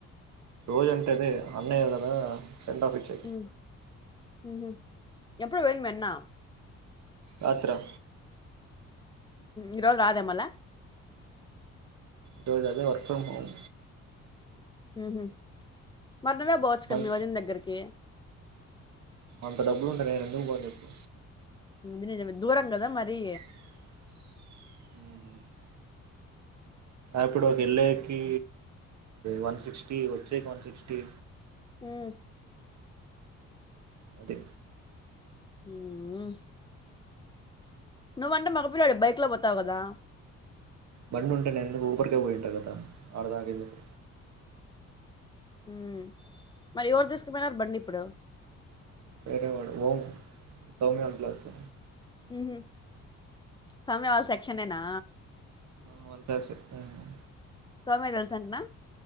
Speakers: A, on the right (about 65°); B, on the left (about 15°).
A: రోజు అంటేదే అన్నయ్య ఏ కద సెండ్ ఆఫ్ ఇచ్చే
B: ఉ ఊహు ఎప్పుడు పోయింది మీఅన్న
A: రాత్ర
B: ఈ రోజు రాదేమల్లా
A: రోజూ అదే వర్క్ ఫ్రమ్ హోమ్
B: ఊహు మరి నువ్వే పోవచ్చు కదా
A: మన్
B: మీ వదిన దగ్గరికి
A: అంత డబ్బులు ఉంటే నేను ఎందుకు పోను చెప్పు
B: అది నిజమే దూరంగదా మరి
A: మ్ అప్పుడు ఒక వెళ్ళేకి వన్ సిక్స్టీ వచ్చేకి వన్ సిక్స్టీ
B: మ్
A: అదే
B: ఊ ఉ నువ్వంటే మగ పిల్లోడు బైక్లో పోతావు కదా
A: బండి ఉంటే నే ఎందుకు ఊపర్కే పోయింటా కదా ఆడి దాకా ఎందుకు
B: హ్మ్ మరి ఎవరు తీసుకుపోయినారు బండి ఇప్పుడు
A: వేరే వాడు ఓ సౌమ్య వాళ్ళ క్లాసు
B: ఊహు కానీ ఆ సెక్షనేనా
A: హ వాళ్ళ క్లాసె హ్మ్
B: సౌమ్య కి తెలుసంటనా